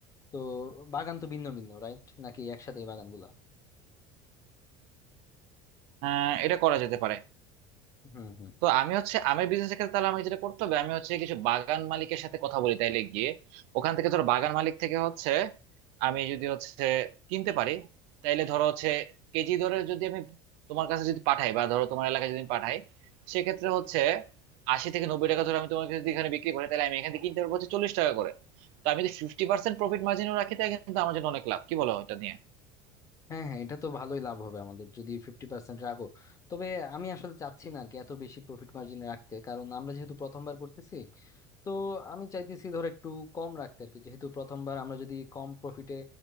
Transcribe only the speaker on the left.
তো বাগান তো ভিন্ন ভিন্ন রাইট নাকি একসাথে বাগানগুলা
হুম হুম
হ্যাঁ হ্যাঁ এটা তো ভালোই লাভ হবে আমাদের যদি ফিফটি পার্সেন্ট রাখো তবে আমি আসলে চাচ্ছি না আর কি এত বেশি প্রফিট মার্জিন রাখতে কারণ আমরা যেহেতু প্রথমবার করতেছি তো আমি চাইতেছি ধর একটু কম রাখতে আর কি যেহেতু প্রথমবার আমরা যদি কম প্রফিটে